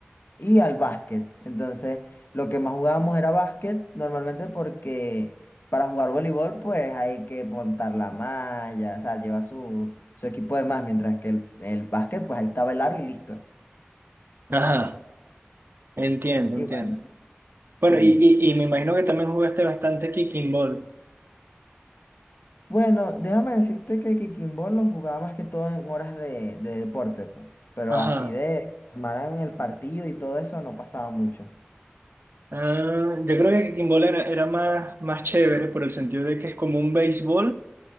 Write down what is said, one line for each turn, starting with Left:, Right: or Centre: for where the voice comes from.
Left: y al básquet. Entonces, lo que más jugábamos era básquet, normalmente porque para jugar voleibol, pues hay que montar la malla, o sea, lleva su, su equipo de más, mientras que el, el básquet, pues ahí estaba el aro y listo.
Right: Ajá, entiendo,
Left: Igual.
Right: entiendo. Bueno,
Left: Sí.
Right: y, y, y me imagino que también jugaste bastante kicking ball.
Left: Bueno, déjame decirte que Kikimbo lo jugaba más que todo en horas de, de deporte, pues. Pero
Right: Ajá.
Left: así de armaran el partido y todo eso no pasaba mucho.
Right: Ah, yo creo que kimball era, era más, más chévere por el sentido de que es como un béisbol,